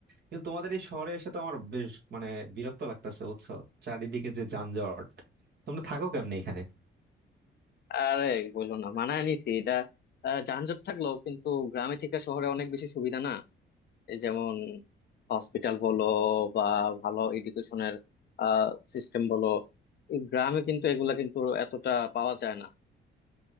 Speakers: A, on the right; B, on the left.
A: কিন্তু তোমাদের এই শহরে এসে তো আমার বেশ মানে বিরক্ত লাগতেছে বুঝছো চারিদিকে যে যানজট তোমরা থাকো কেমনে এখানে
B: আরে বললো না মানায় নিছি এটা আহ, যানজট থাকলেও কিন্তু গ্রামে থেকে শহরে অনেক বেশি সুবিধা না এই যেমন হসপিটাল বলো বা ভালো এডুকেশনের সিস্টেম বলো এই গ্রামে কিন্তু এগুলা কিন্তু এতটা পাওয়া যায় না